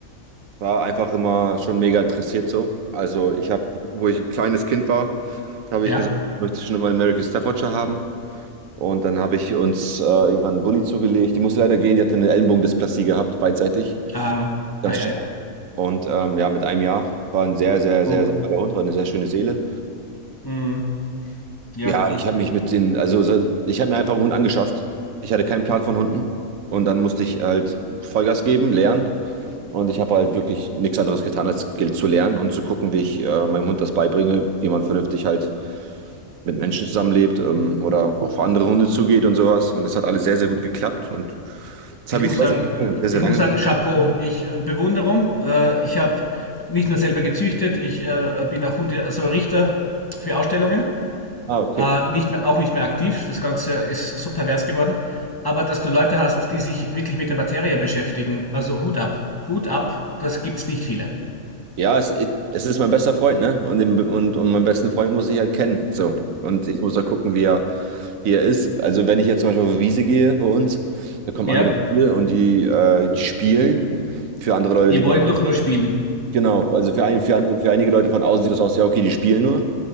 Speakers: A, on the right (about 75°); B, on the left (about 20°).
A: war einfach immer schon mega interessiert so. Also ich habe, wo ich ein kleines Kind war, da habe
B: Ja,
A: ich gesagt, ich möchte schon immer einen American Staffordshire haben. Und dann habe ich uns äh, irgendwann einen Bulli zugelegt. Die musste leider gehen, die hatte eine Ellenbogendysplasie gehabt, beidseitig,
B: ah,
A: ganz
B: ei,
A: stark.
B: ei.
A: Und ähm, ja, mit einem Jahr war ein sehr, sehr,
B: Oh,
A: sehr, sehr toller Hund, war eine sehr schöne Seele.
B: mm, ja.
A: Ja, ich habe mich mit den, also so- ich habe mir einfach einen Hund angeschafft. Ich hatte keinen Plan von Hunden. Und dann musste ich halt Vollgas geben, lernen. Und ich habe halt wirklich nichts anderes getan, als ge- zu lernen und zu gucken, wie ich äh, meinem Hund das beibringe, wie man vernünftig halt mit Menschen zusammenlebt ähm, oder auf andere Hunde zugeht und sowas. Und das hat alles sehr, sehr gut geklappt. Und das
B: Ich
A: habe
B: muss
A: ich sehr,
B: sagen,
A: sehr lange, sehr, sehr
B: ich
A: lange.
B: muss sagen, Chapeau. Ich äh, Bewunderung. Äh, ich habe nicht nur selber gezüchtet, ich äh, bin auch Hunde, also Richter für Ausstellungen.
A: Ah, okay.
B: Äh, nicht mehr, auch nicht mehr aktiv. Das Ganze ist so pervers geworden. Aber dass du Leute hast, die sich wirklich mit der Materie beschäftigen, also Hut ab. Hut ab, das gibt's nicht viele.
A: Ja, es, es ist mein bester Freund, ne? Und, den, und, und meinen besten Freund muss ich halt kennen. So. Und ich muss halt gucken, wie er Hier ist, also wenn ich jetzt zum Beispiel auf die Wiese gehe bei uns, da kommen
B: Ja,
A: andere Hunde und die, äh, die spielen. Für andere Leute
B: die
A: sieht
B: wollen
A: das aus.
B: doch nur spielen.
A: Genau, also für, ein, für, andere, für einige Leute von außen sieht das aus, ja, okay, die spielen nur.